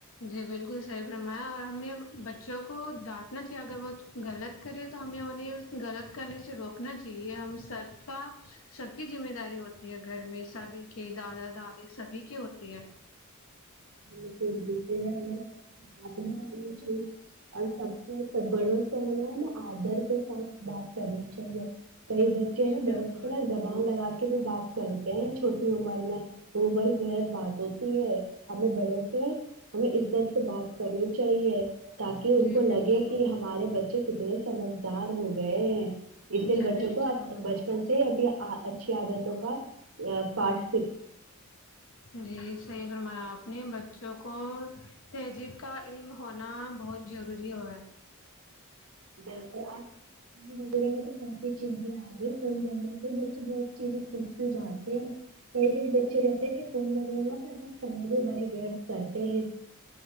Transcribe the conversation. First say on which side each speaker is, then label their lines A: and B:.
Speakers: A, on the left (about 65°); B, on the right (about 70°).
A: جی بالکل صحیح فمایا اور ہمیں بچوں کو ڈانٹنا چاہیے اگر وہ غلط کرے تو ہمیں انہیں غلط کرنے سے روکنا چ ہم سب کا سب کی ذمہ داری ہوتی ہے گھر میں سبھی کے دادا دادی سبھی کے ہوتے ٹھیک ہے
B: بکل دیتےے ہیں ہا انیں بارے میں چاہیے اور سبنے س بڑوں سے ہمیں ہے نا آدر کے ساتھ بات کرنی چاہیے کئی بچے
A: جی
B: ہیں نا
A: بالکل
B: بڑوں سے نا زبان لگا کے بھی بات کرتے ہیں چھوٹ عمر میں تو وہ بڑی بےحد بات ہوتی ہے ہمیں بڑوں سے ہمیں عزت سے بات کرنی چاہیے تاکہ ان
A: جی
B: کو لگے
A: بالکل
B: کہ ہمارے بچے کتنے سمجھدار ہو گئے اسی لیے
A: جی
B: بچوں
A: بالکل
B: کو بچپن سے ابھی اچھی عادتوں کا پاٹ
A: جی صحیح فرمایا آپ اپنے بچوں کو تہذیب کا علم ہونا بہت ضروری ہو ہے
B: بالکل آج کل فون وغیرہ میں تو ب سی چیزیں آ گی فون وغیرہ پہ بچے بہت چیزیں سیکھتے جانتے ہیں کئی کئی بچے رہتے کہ فون وغیرہ پ سمے برے بیٹت کر ا ہ